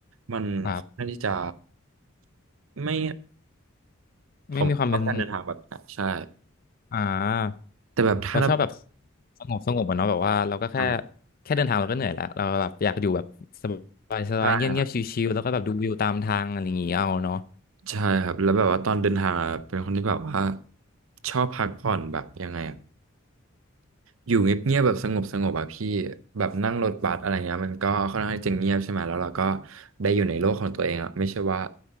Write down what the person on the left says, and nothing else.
ครับ
ไม่มีความเป็นอ่า
เราชอบแบบสงบสงบอะเนาะแบบว่าเราก็แค่
แค่เดินทางเราก็เหนื่อยแล้วเราแบบอยากอยู่แบบสบายสบายเงียบเงียบชิวๆแล้วก็แบบดูวิวตามทางอะไรอย่างงี้เอาเนาะ